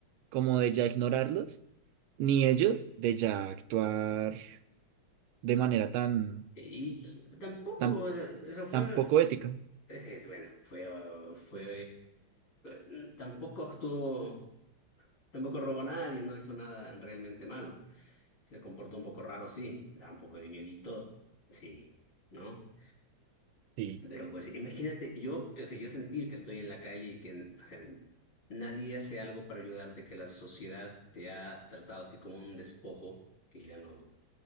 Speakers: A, on the right (about 80°); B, on the left (about 70°).
A: como de ya ignorarlos, ni ellos de ya actuar. de manera tan,
B: Y tampoco,
A: tan,
B: o sea, eso fue,
A: tan poco ética.
B: es, es, bueno, fue, uh, fue, eh, tampoco actuó, tampoco robó a nadie, no hizo nada realmente malo. Se comporta un poco raro, sí, da un poco de miedito, sí, ¿no?
A: Sí.
B: Pero pues imagínate, yo, o sea, yo sentir que estoy en la calle y que, o sea, nadie hace algo para ayudarte, que la sociedad te ha tratado así como un despojo, que ya no...